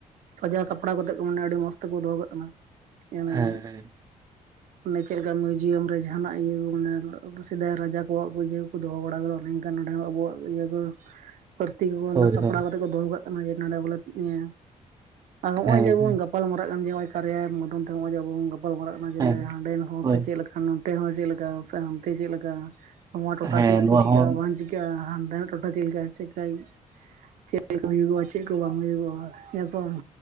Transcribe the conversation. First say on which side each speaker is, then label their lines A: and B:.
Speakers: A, on the right; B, on the right.
A: ᱥᱟᱡᱟᱣ ᱥᱟᱯᱲᱟᱣ ᱠᱟᱛᱮᱜ ᱠᱚ ᱢᱟᱱᱮ ᱟᱹᱰᱤ ᱢᱚᱸᱡᱽ ᱛᱮᱠᱚ ᱫᱚᱦᱚ ᱠᱟᱜ ᱠᱟᱱᱟ ᱢᱟᱱᱮ
B: ᱦᱮᱸ ᱦᱮᱸ
A: ᱚᱱᱮ ᱪᱮᱫ ᱞᱮᱠᱟ ᱢᱤᱭᱩᱡᱤᱭᱟᱢ ᱨᱮ ᱡᱟᱦᱟᱱᱟᱜ ᱤᱭᱟᱹ ᱠᱚ ᱢᱟᱱᱮ ᱥᱮᱫᱟᱭ ᱨᱟᱡᱟ ᱠᱚᱣᱟᱜ ᱠᱚ ᱤᱭᱟᱹ ᱫᱚᱦᱚ ᱵᱟᱲᱟ ᱠᱟᱫᱟ ᱚᱱᱮ ᱚᱝᱠᱟ ᱱᱚᱸᱰᱮ ᱟᱵᱚᱣᱟᱜ ᱤᱭᱟᱹ ᱠᱚ ᱯᱟᱹᱨᱛᱤ ᱠᱚ
B: ᱦᱳᱭ
A: ᱥᱟᱯᱲᱟᱣ
B: ᱦᱳᱭ
A: ᱠᱟᱛᱮ ᱠᱚ ᱫᱚᱦᱚ ᱠᱟᱜ ᱠᱟᱱᱟ ᱡᱮ ᱱᱚᱰᱮ ᱵᱚᱞᱮ ᱱᱤᱭᱟᱹ ᱟᱨ ᱱᱚᱜ-ᱚᱭ
B: ᱦᱮᱸ
A: ᱡᱮᱵᱚᱱ
B: ᱦᱮᱸ
A: ᱜᱟᱯᱟᱞᱢᱟᱨᱟᱜ ᱠᱟᱱ ᱡᱮ ᱠᱟᱨᱮᱭᱟ ᱮᱯ ᱢᱟᱫᱷᱚᱢ ᱛᱮ ᱱᱚᱜ-ᱚᱭ ᱟᱵᱚᱱ ᱜᱟᱯᱟᱞ ᱢᱟᱨᱟᱜ ᱱᱟᱡᱽᱞᱮ
B: ᱦᱮᱸ
A: ᱦᱟᱸᱰᱮᱱ ᱦᱚᱲ
B: ᱦᱳᱭ
A: ᱥᱮ ᱪᱮᱫ ᱞᱮᱠᱟ ᱱᱚᱱᱛᱮ ᱦᱚᱸ ᱪᱮᱫ ᱞᱮᱠᱟ ᱥᱮ ᱦᱟᱱᱛᱮ ᱪᱮᱫ ᱞᱮᱠᱟ ᱱᱚᱣᱟ ᱴᱚᱴᱷᱟ
B: ᱦᱮᱸ
A: ᱪᱮᱫ ᱠᱚ
B: ᱱᱚᱣᱟ
A: ᱪᱤᱠᱟᱹᱜ-ᱟ
B: ᱦᱚᱸ
A: ᱵᱟᱝ ᱪᱤ ᱠᱟᱜ-ᱟ ᱦᱟᱱᱛᱮᱱᱟᱜ ᱴᱚᱴᱷᱟ ᱪᱮᱫ ᱞᱮᱠᱟ ᱪᱤᱠᱟᱹ ᱪᱮᱫ ᱦᱩᱭᱩᱜ-ᱟ ᱪᱮᱫ ᱠᱚ ᱵᱟᱝ ᱦᱩᱭᱩᱜ-ᱟ ᱦᱮᱸ ᱥᱮ ᱵᱟᱝ?